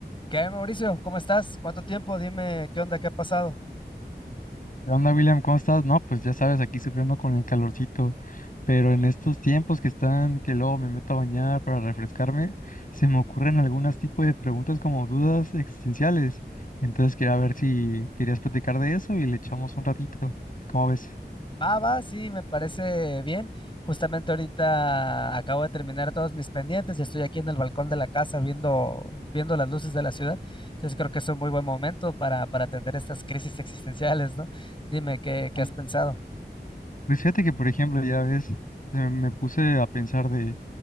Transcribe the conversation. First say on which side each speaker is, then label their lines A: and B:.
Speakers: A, on the left; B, on the left.
A: ¿Qué, hay, Mauricio? ¿Cómo estás? ¿Cuánto tiempo? Dime qué onda, qué ha pasado.
B: ¿Qué onda, William? ¿Cómo estás? No, pues ya sabes, aquí sufriendo con el calorcito, pero en estos tiempos que están, que luego me meto a bañar para refrescarme, se me ocurren algunos tipos de preguntas como dudas existenciales. Entonces quería ver si querías platicar de eso y le echamos un ratito. ¿Cómo ves?
A: Va, va, sí, me parece bien. Justamente ahorita acabo de terminar todos mis pendientes y estoy aquí en el balcón de la casa viendo, viendo las luces de la ciudad. Entonces creo que es un muy buen momento para, para atender estas crisis existenciales, ¿no? Dime qué, qué
B: An-
A: has pensado.
B: Pues fíjate que, por ejemplo, ya ves, se me puse a pensar de